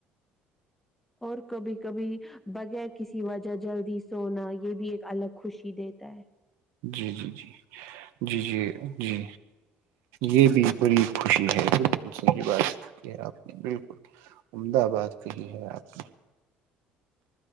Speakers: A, in the centre; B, on the right.
A: اور کبھی کبھی بغیر کسی وجہ جلدی سونا یہ بھی ایک الگ خوشی دیتا ہے
B: جی جی جی جی جی جی یہ بھی بڑی خوشی ہے بالکل صحی بات ہے آپ نے بالکل عمدہ بات کہی ہے آپ نے